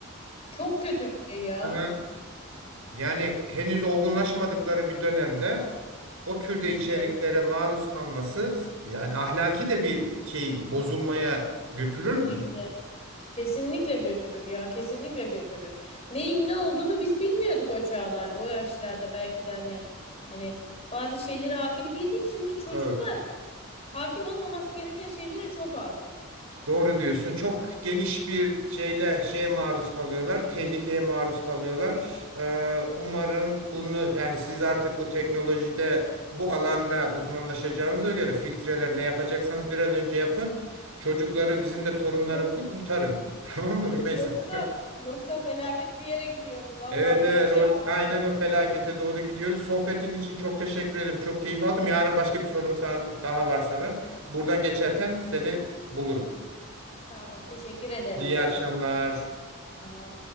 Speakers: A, on the left; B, on the right.
A: Çok kötü bir şey ya.
B: Yani yani henüz olgunlaşmadıkları bir dönemde o türde içeriklere
A: Yani
B: maruz kalması yani ahlaki de bir şey bozulmaya götürür
A: kesinlikle.
B: mü?
A: Kesinlikle götürür ya. Kesinlikle götürür. Neyin ne olduğunu biz bilmiyorduk o çağlarda, o yaşlarda belki de hani hani bazı şeylere hakim değildik. Şimdi çocuklar
B: Evet.
A: hakim olmaması gereken şeylere çok hakim.
B: Doğru diyorsun. Çok geniş bir şeyle şeye maruz kalıyorlar. Tehlikeye maruz kalıyorlar. Ee, umarım bunu yani siz artık bu teknolojide bu alanda uzmanlaşacağınıza göre filtreler ne yapacaksanız bir an önce yapın. Çocukları bizim de torunlarımızı
A: Yoksa
B: kurtarın. <laughs> Tamam mı Rümeysa?
A: yoksa yoksa felaket bir yere gidiyoruz. Valla
B: Evet
A: buna
B: evet
A: bir şey
B: o,
A: yapmamız
B: aynen
A: lazım.
B: o felakete doğru gidiyoruz. Sohbetin için çok teşekkür ederim. Çok keyif aldım. Yarın başka bir sorum sa- daha var sana. Buradan geçerken seni bulurum.
A: Tamam, teşekkür ederim
B: İyi
A: ben.
B: akşamlar.
A: Tamam.